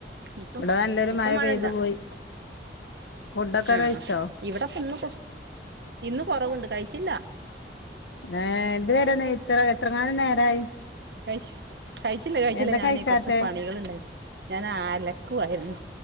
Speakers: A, on the right; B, on the left.
A: ഇപ്പം
B: ഇവിടെ നല്ലൊരു
A: ഇപ്പം
B: മഴ
A: മഴല്ല.
B: പെയ്തു പോയി ഫുഡൊക്കെ
A: ആഹ്
B: കഴിച്ചോ
A: ഇവടപ്പം ഇന്ന് കൊ ഇന്ന് കൊറവുണ്ട് കഴിച്ചില്ല.
B: ഏഹ് ത് വരെ ന്ന് ഇത്ര എത്രങ്ങാനും നേരായി?
A: കഴിച്ച കഴിച്ചില്ല കഴിച്ചില്ല
B: എന്താ
A: ഞാന്
B: കഴിക്കാത്തെ
A: കൊർച്ച് പണികള്ണ്ട്. ഞാൻ അലക്കുവായിരുന്നു